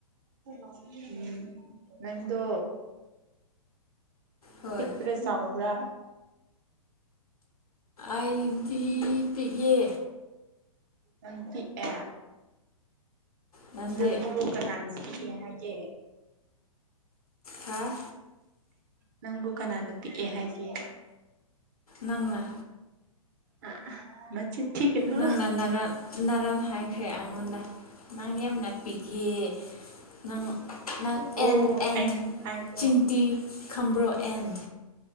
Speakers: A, on the right; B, on the left.
A: ꯎꯝ ꯅꯪꯗꯣ
B: ꯍꯣꯏ
A: ꯄꯤꯛꯄ꯭ꯔꯥ ꯆꯥꯎꯕ꯭ꯔꯥ
B: ꯑꯩꯗꯤ ꯄꯤꯛꯌꯦ
A: ꯅꯪ ꯄꯤꯛꯑꯦ
B: ꯅꯪꯗꯤ
A: ꯅꯪꯕꯨ ꯀꯅꯥꯅ ꯄꯤꯛꯑꯦ ꯍꯥꯏꯒꯦ
B: ꯍꯥꯥ
A: ꯅꯪꯕꯨ ꯀꯅꯥꯅ ꯄꯤꯛꯑꯦ ꯍꯥꯏꯒꯦ
B: ꯅꯪꯅ
A: ꯑꯥ ꯃꯆꯤꯟ ꯊꯤꯒꯅꯨ
B: ꯅꯪꯅ ꯅꯔꯟ ꯅꯔꯥꯟ ꯍꯥꯏꯈ꯭ꯔꯦ ꯑꯩꯉꯣꯟꯗ ꯅꯪ ꯌꯥꯝꯅ ꯄꯤꯛꯌꯦ ꯅꯪ ꯅꯪ
A: ꯑꯣ
B: ꯑꯦꯟ ꯑꯦꯟ
A: ꯑꯩꯅ ꯍꯥꯏꯀꯣ
B: ꯆꯤꯡꯇꯤ ꯈꯝꯕ꯭ꯔꯣ ꯑꯦꯟ